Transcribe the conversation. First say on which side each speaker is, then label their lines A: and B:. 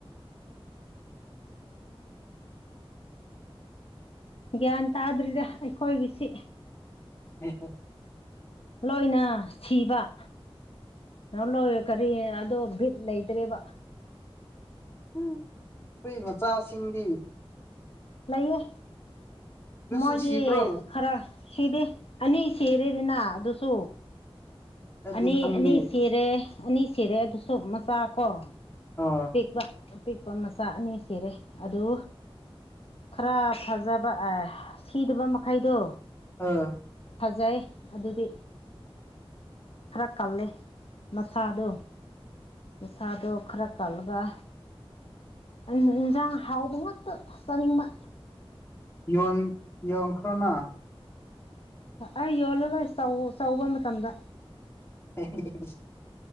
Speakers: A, on the left; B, on the left.
A: ꯒ꯭ꯌꯥꯟ ꯇꯥꯗ꯭ꯔꯤꯗ ꯑꯩꯈꯣꯏꯒꯤꯁꯤ
B: <unintelligible>
A: ꯂꯣꯏꯅ ꯁꯤꯕ ꯅꯪ ꯂꯣꯏ ꯀꯔꯤ ꯑꯗꯣ ꯚꯤꯠ ꯂꯩꯇ꯭ꯔꯦꯕ
B: ꯎꯝ ꯍꯨꯏ ꯃꯆꯥꯁꯤꯡꯗꯤ
A: ꯂꯩꯌꯦ
B: ꯑꯗꯨꯁꯨ
A: ꯃꯣꯏꯗꯤ
B: ꯁꯤꯕ꯭ꯔꯣ
A: ꯈꯔ ꯁꯤꯗꯦ ꯑꯅꯤ ꯁꯤꯔꯦꯗꯅ ꯑꯗꯨꯁꯨ
B: ꯑꯩꯗꯤ
A: ꯑꯅꯤ
B: ꯈꯪꯗꯦ
A: ꯑꯅꯤ ꯁꯤ ꯔꯦ ꯑꯅꯤ ꯁꯤꯔꯦ ꯑꯗꯨ ꯃꯆꯥ ꯀꯣ
B: ꯑꯥ
A: ꯄꯤꯛꯄ ꯑꯄꯤꯛꯄ ꯃꯆꯥ ꯑꯅꯤ ꯁꯤꯔꯦ ꯑꯗꯨ ꯈꯔ ꯐꯖꯕ ꯑ ꯁꯤꯗꯕ ꯃꯈꯩꯗꯣ
B: ꯑꯥ
A: ꯐꯖꯩ ꯑꯗꯨꯗꯤ ꯈꯔ ꯀꯜꯂꯦ ꯃꯁꯥꯗꯣ ꯃꯁꯥꯗꯣ ꯈꯔ ꯀꯂꯒ ꯑꯩꯅ ꯏꯟꯖꯥꯡ ꯍꯥꯎꯕ ꯉꯥꯛꯇ ꯆꯥꯅꯤꯡꯕ
B: ꯌꯣꯟ ꯌꯣꯟꯈ꯭ꯔꯣꯅ
A: ꯑꯩ ꯌꯣꯜꯂꯂꯣꯏ ꯆꯧ ꯆꯧꯕ ꯃꯇꯝꯗ
B: <unintelligible>